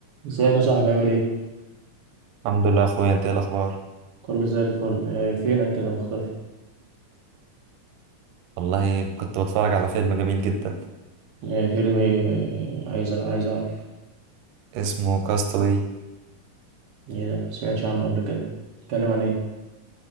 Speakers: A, on the right; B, on the right.
A: ازيك يا صاحبي عامل ايه؟
B: الحمد لله يا اخويا انت ايه الاخبار
A: كله زي الفل إيه فينك كده مختفي؟
B: والله كنت بتفرج على فيلم جميل جدا
A: إيه فيلم ايه إيه، عايز عايز اعرف
B: اسمه كاستاوي
A: ايه ده؟ مسمعتش عنه قبل كده اتكلم عن ايه؟